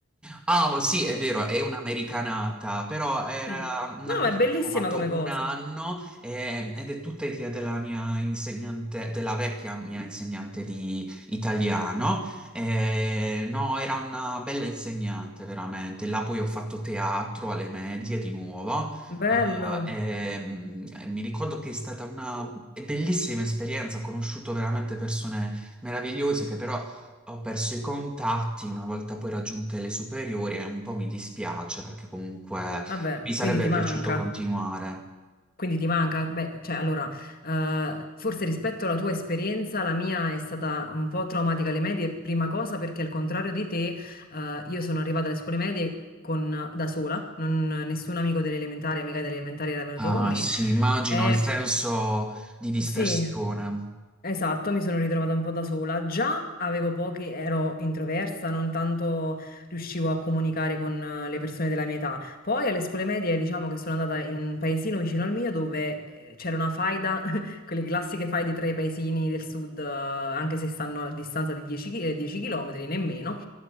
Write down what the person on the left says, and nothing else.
Sì.
No,
ma è bellissima
come cosa.
Bello.
Vabbè,
quindi ti
manca.
Quindi ti manca? Beh, cioè, allora, eh, forse rispetto alla tua esperienza, la mia è stata un po' traumatica alle medie, prima cosa perché al contrario di te, eh, io sono arrivata alle scuole medie con- da sola, non- nessun amico delle elementari, amica delle elementari era venuto
con me.
E,
sì, Esatto, mi sono ritrovata un po' da sola. Già avevo pochi, ero introversa, non tanto riuscivo a comunicare con eh, le persone della mia età. Poi alle scuole medie, diciamo che sono andata in un paesino vicino al mio dove eh, c'era una faida, <laughs> quelle classiche faide tra i paesini del sud, eh, anche se stanno a distanza di 10 km, nemmeno.